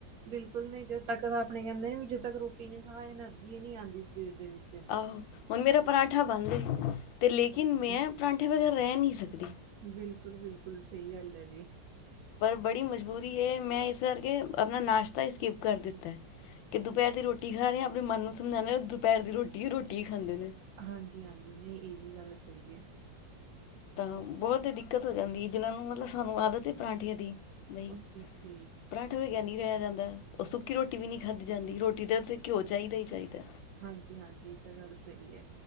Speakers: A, on the right; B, on the left.
A: ਬਿਲਕੁਲ ਨਹੀਂ ਜਦ ਤੱਕ ਆਪਣੇ ਕਹਿੰਦੇ ਨੇ ਵੀ ਜਦੋਂ ਤੱਕ ਰੋਟੀ ਨਾ ਖਾਏ, ਐਨਰਜੀ ਨਹੀਂ ਆਉਂਦੀ ਸਰੀਰ ਦੇ ਵਿੱਚ।
B: ਆਹੋ, ਹੁਣ ਮੇਰਾ ਪਰਾਂਠਾ ਬੰਦ ਏ ਤੇ ਲੇਕਿਨ
A: ਓਕੇ।
B: ਮੈਂ ਪਰਾਂਠੇ ਵਗੈਰਾ ਰਹਿ ਨਹੀਂ ਸਕਦੀ।
A: ਬਿਲਕੁਲ, ਬਿਲਕੁਲ, ਸਹੀ ਗੱਲ ਐ ਜੀ।
B: ਪਰ ਬੜੀ ਮਜ਼ਬੂਰੀ ਏ, ਮੈਂ ਇਸ ਕਰਕੇ ਆਪਣਾ ਨਾਸ਼ਤਾ ਹੀ ਸਕਿਪ ਕਰ ਦਿੱਤਾ ਐ। ਕੇ ਦੁਪਹਿਰ
A: ਠੀਕ,
B: ਦੀ ਰੋਟੀ ਖਾ ਰਹੇ ਆ ਆਪਣੇ ਮਨ ਨੂੰ ਸਮਝਾਂਦੇ ਆ, ਦੁਪਹਿਰ ਦੀ ਰੋਟੀ ਹੀ ਰੋਟੀ ਹੀ ਖਾਂਦੇ ਨੇ।
A: ਹਾਂਜੀ, ਹਾਂਜੀ, ਨਹੀਂ ਇਹ ਵੀ ਗੱਲ ਸਹੀ ਏ।
B: ਤਾਂ ਬਹੁਤ ਦਿੱਕਤ ਹੋ ਜਾਂਦੀ ਏ, ਜਿਨ੍ਹਾਂ ਨੂੰ ਮਤਲ ਸਾਨੂੰ ਆਦਤ ਏ, ਪਰਾਂਠੀਆਂ ਦੀ ਨਹੀ,
A: ਓਕੇ।
B: ਬਈ
A: ਠੀਕ
B: ਪਰਾਂਠਾ ਬਗੈਰ ਨਹੀਂ ਰਹਿ ਜਾਂਦਾ, ਉਹ ਸੁੱਕੀ ਰੋਟੀ ਵੀ ਨਹੀਂ ਖਾਧੀ ਜਾਂਦੀ, ਰੋਟੀ ਦਾ ਤੇ ਘਿਓ ਚਾਹੀਦਾ ਹੀ ਚਾਹੀਦਾ।
A: ਹਾਂਜੀ, ਹਾਂਜੀ ਇਹ ਤਾਂ ਗੱਲ ਸਹੀ ਐ।